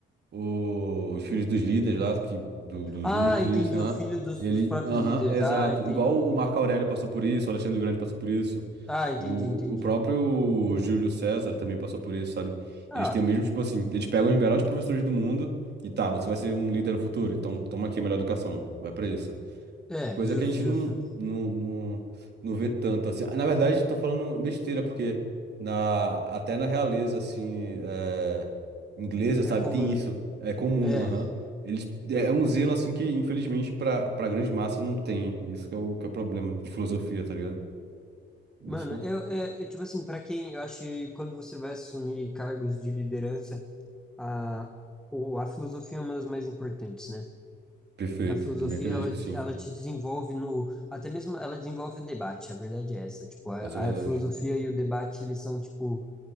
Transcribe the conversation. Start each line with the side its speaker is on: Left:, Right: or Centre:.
Right: o- os filhos dos líderes lá, que, do- dos
Centre: Ah,
Right: únicos
Centre: entendi.
Right: líderes que tem lá.
Centre: O filho dos,
Right: Ele.
Centre: dos próprios
Right: Aham,
Centre: líderes.
Right: exato.
Centre: Ah, entendi,
Right: Igual
Centre: entendi,
Right: o Marco Aurélio
Centre: entendi.
Right: passou por isso, o Alexandre o Grande passou por isso.
Centre: Ah, entendi,
Right: O,
Centre: entendi.
Right: o próprio Júlio César também passou por isso, sabe?
Centre: Ah,
Right: Eles têm o mesmo, tipo assim, eles pegam os melhores professores do mundo e tá, você vai ser um líder no futuro, então toma aqui a melhor educação. Vai pra isso.
Centre: é,
Right: Coisa
Centre: justo,
Right: que a gente
Centre: justo.
Right: não, não, não, não vê tanto, assim. Na verdade, tô falando besteira, porque na, até na realeza, assim, é, inglesa, sabe,
Centre: É comum.
Right: tem isso. É comum,
Centre: É.
Right: aham. Eles, é é um zelo, assim, que infelizmente pra, pra grande massa não tem. Isso que é o, que é o problema de filosofia, tá ligado?
Centre: Mano,
Right: Isso que é o...
Centre: eu, é, é, tipo assim, pra quem, eu acho que quando você vai assumir cargos de liderança, a, o, a filosofia é uma das mais importantes, né?
Right: Perfeito.
Centre: A filosofia,
Right: Também acredito
Centre: ela,
Right: que
Centre: de-
Right: sim.
Centre: ela te desenvolve no, até mesmo ela desenvolve o debate, a verdade é essa, tipo, a,
Right: Essa é a verdade.
Centre: a filosofia e o debate, eles são, tipo,